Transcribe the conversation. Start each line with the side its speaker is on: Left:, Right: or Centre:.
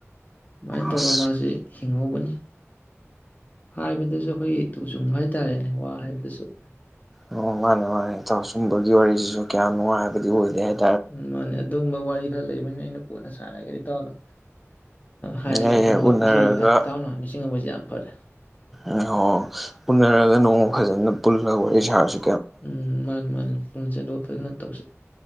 Left: ꯁꯨꯃꯥꯏ ꯇꯧꯔꯒ
Centre: ꯑꯁ
Left: ꯃꯥꯁꯤ ꯍꯤꯡꯍꯧꯕꯅꯤ ꯍꯥꯏꯕꯗꯁꯨ ꯑꯩꯈꯣꯏꯒꯤ ꯇꯨꯆꯨꯡꯕ ꯍꯥꯏꯇꯥꯔꯦꯅꯦ ꯋꯥ ꯍꯥꯏꯕꯁꯨ
Centre: ꯑꯣ ꯃꯥꯅꯦ ꯃꯥꯅꯦ ꯏꯇꯥꯎ ꯁꯨꯝꯕꯒꯤ ꯋꯥꯔꯤꯁꯤꯁꯨ ꯀꯌꯥ ꯅꯨꯡꯉꯥꯏ ꯑꯗꯨ ꯑꯣꯏꯕ ꯌꯥꯏ
Left: ꯎꯝ ꯃꯥꯅꯦ ꯑꯗꯨꯝꯕ ꯋꯥꯔꯤ ꯈ ꯂꯩꯩꯕꯅꯦ ꯑꯩꯅ ꯀꯣꯟꯅ ꯁꯔꯒꯦꯅ ꯏꯇꯥꯎꯗ ꯍꯥꯏꯔꯒꯗꯤ
Centre: ꯍꯦꯛ ꯍꯦꯛ
Left: ꯈꯟꯕ
Centre: ꯎꯅꯔꯒ
Left: ꯑꯁꯤ ꯏꯇꯥꯎꯅ ꯅꯤꯡꯁꯤꯡꯉꯝꯕꯁꯤ ꯌꯥꯝ ꯐꯔꯦ
Centre: ꯑꯣ ꯎꯅꯔꯒ ꯅꯣꯡꯃ ꯐꯖꯅ ꯄꯨꯜꯂꯒ ꯋꯥꯔꯤ ꯁꯥꯁꯤ
Left: ꯎꯝ ꯃꯥꯅꯤ ꯃꯥꯅꯤ ꯄꯨꯡꯁꯦꯗꯣ ꯐꯖꯅ ꯇꯧꯁꯤ